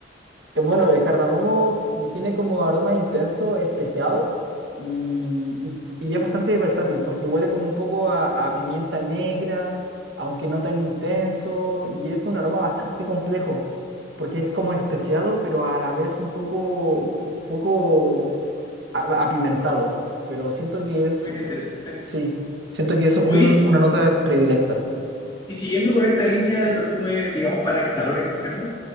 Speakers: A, on the right (about 80°); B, on the left (about 25°).
A: Eh, Bueno, el cardamomo tiene como aroma intenso, especiado y, y- y es bastante versátil porque huele como un poco a, a pimienta negra, aunque no tan intenso, y es un aroma bastante complejo porque es como especiado, pero a la vez un poco, po- poco a- apimentado. Pero siento que es
B: Mira,
A: un-
B: interesante.
A: sí, siento que es un-
B: Hoy,
A: una nota predilecta.
B: y siguiendo con esta línea de perfume, digamos, para calor extremo,